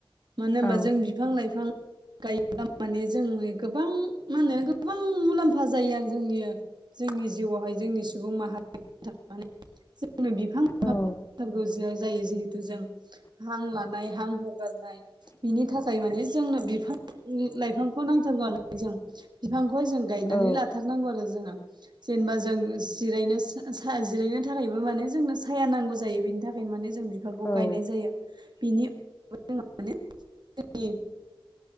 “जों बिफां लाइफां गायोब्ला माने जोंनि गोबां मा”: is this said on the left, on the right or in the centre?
Right